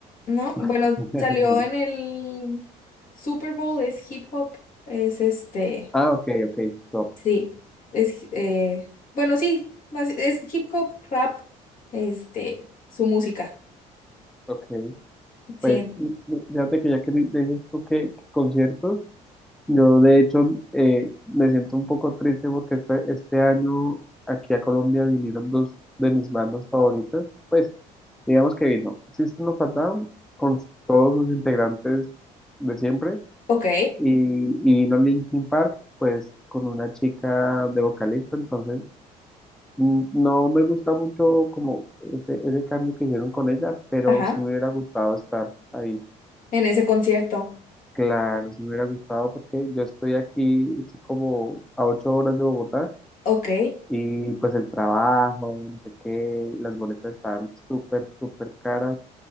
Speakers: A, on the left (about 60°); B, in the centre.
A: No, bueno,
B: <laughs>
A: salió
B: no.
A: en el Super Bowl, es hip hop, es este.
B: Ah, ok, ok, go,
A: Sí, es, eh, bueno, sí, más, es hip hop, rap, este, su música,
B: ok.
A: sí,
B: Pues, mm, mm, fíjate que ya que di- dices tú que, que conciertos, yo de hecho eh, me siento un poco triste porque este, este año aquí a Colombia vinieron dos de mis bandas favoritas. Pues, digamos que vino System of a Down con todos sus integrantes de siempre
A: ok,
B: y, y vino Linkin Park, pues con una chica de vocalista, entonces mm, no me gusta mucho como ese, ese cambio que hicieron con ella, pero
A: ajá,
B: sí me hubiera gustado estar ahí.
A: en ese concierto,
B: Claro, sí me hubiera gustado porque yo estoy aquí estoy como a ocho horas de Bogotá
A: ok,
B: y pues el trabajo, no sé qué, las boletas están súper, súper caras.